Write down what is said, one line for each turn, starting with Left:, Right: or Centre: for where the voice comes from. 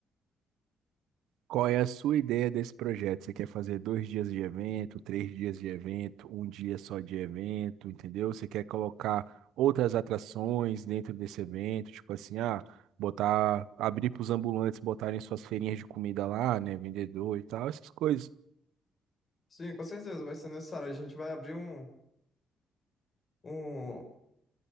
Right: Qual é a sua ideia desse projeto? Você quer fazer dois dias de evento, três dias de evento, um dia só de evento, entendeu? Você quer colocar outras atrações dentro desse evento, tipo assim, ah, botar, abrir para os ambulantes botarem suas feirinhas de comida lá, né, vendedor e tal, essas coisas.
Left: Sim, com certeza vai ser necessário. A gente vai abrir um, um,